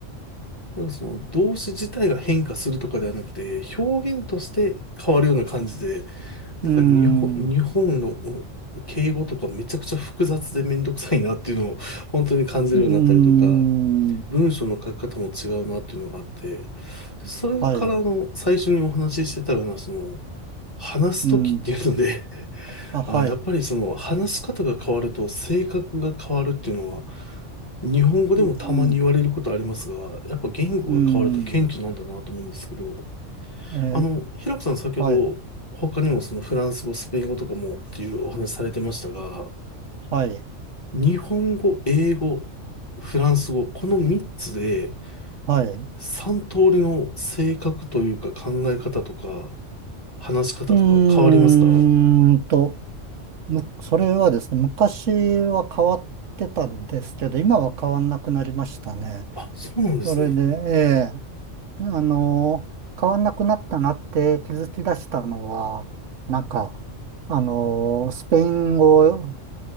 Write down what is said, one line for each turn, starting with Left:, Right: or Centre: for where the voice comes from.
Left: なんかその動詞自体が変化するとかではなくて、表現として変わるような感じで、なんか日本、
Right: うん、
Left: 日本の敬語とかめちゃくちゃ複雑でめんどくさいなっていうのを本当に感じるようになったりとか、
Right: うん、
Left: 文章の書き方も違うなっていうのがあって、で、それからあの最初にお話ししてたような、
Right: はい。
Left: その、話すときっていうので
Right: うん。あ、はい。
Left: あ、やっぱりその話し方が変わると性格が変わるっていうのは、日本語でもたまに言われることありますが、
Right: うん。
Left: やっぱ言語が変わると顕著なんだなと思うんですけど、
Right: うん。えー
Left: あの、平子さん先ほ
Right: はい。
Left: ど他にもそのフランス語、スペイン語とかもっていうお話されてましたが、
Right: はい。
Left: 日本語、英語、フランス語、この3つで
Right: はい。
Left: 3通りの性格というか考え方とか話し方とか変わりますか
Right: うーんと、む、それはですね、昔は変わってたんですけど、今は変わんなくなりましたね。
Left: あ、そうなんですね。
Right: それで、ええあの変わんなくなったなって気づき出したのは、なんか、あのスペイン語、